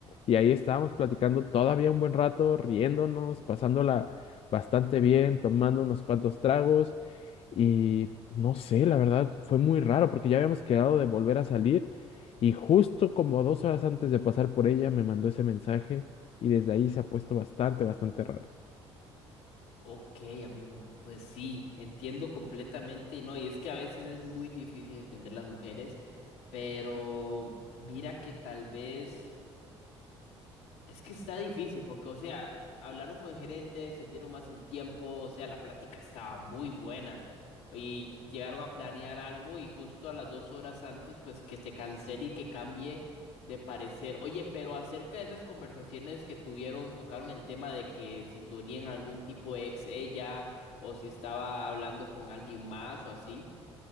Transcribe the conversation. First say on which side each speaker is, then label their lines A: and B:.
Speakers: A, on the left; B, on the left.
A: y ahí estábamos platicando todavía un buen rato, riéndonos, pasándola bastante bien, tomando unos cuantos tragos y no sé, la verdad fue muy raro porque ya habíamos quedado de volver a salir y justo como dos horas antes de pasar por ella me mandó ese mensaje y desde ahí se ha puesto bastante, bastante raro.
B: Ok, amigo, pues sí, entiendo completamente, y no, y es que a veces es muy difícil entender las mujeres, pero mira que tal vez. Es que está difícil porque, o sea, hablaron con el gerente, se dieron más el tiempo, o sea, la plática estaba muy buena y llegaron a planear algo y justo a las dos horas antes, pues que te cancele y que cambie de parecer. Oye, pero acerca de esas conversaciones que tuvieron, tocaron el tema de que si tenían algún tipo de ex ella o si estaba hablando con alguien más o así.